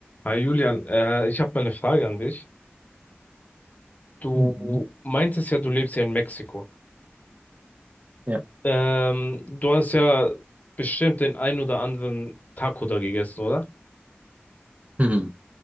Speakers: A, on the left; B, on the right.
A: Hi Julian, äh, ich habe mal eine Frage an dich. Du
B: Mhm.
A: meintest ja, du lebst ja in Mexiko.
B: Ja.
A: Ähm, du hast ja bestimmt den ein oder anderen Taco da gegessen, oder?
B: Mhm.